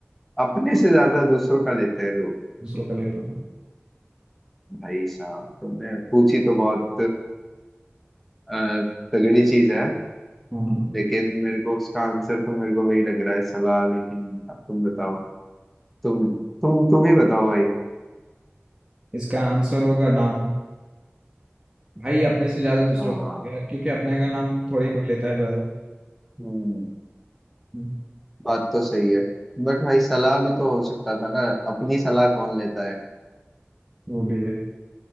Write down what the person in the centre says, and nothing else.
अपने से ज्यादा दूसरों का लेते हैं लोग
भाई साहब तुमने पूछी तो बहुत अ, तगड़ी चीज है
लेकिन मेरे को उसका आंसर तो मेरे को वही लग रहा है सलाह लेकिन अब तुम बताओ तुम तुम तुम ही बताओ भाई
हाँ
हम्म
बात तो सही है बट भाई सलाह भी तो हो सकता था ना अपनी सलाह कौन लेता है